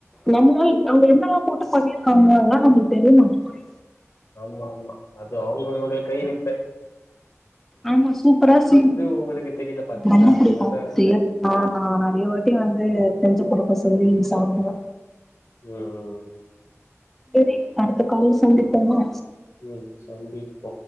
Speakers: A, in the centre; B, on the left.
A: நம்மலே அவங்க என்னெல்லா போட்டு பண்ணிருக்காங்க அதல்லா நம்மளுக்கு தெரிய மாட்டேது
B: ஆமா ஆமா அது அவுங்களுடைய கைவித்த
A: ஆமா சூப்பரா சீ
B: உங்களுக்கு
A: <inaudible>
B: தெரியல பாத்தீங்களா
A: பண்ண புடிக்கு
B: அதனால
A: செய்யதுதா ஆ ஆ நெறைய வா ட்டி வந்து செஞ்சு குடுக்க சொல்லி நீ சாப்புற
B: ம்
A: சரி அடுத்த கால்ல சந்திப்போமா
B: ம் சந்திப்போ